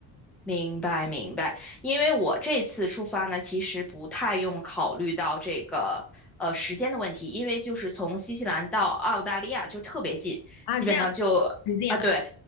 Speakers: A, in the centre; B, on the left.
A: 明白明白，因为我这次出发呢，其实不太用考虑到这个呃时间的问题，因为就是从新西兰到澳大利亚就特别近，
B: 啊。
A: 基本上就啊对
B: 这样很近啊，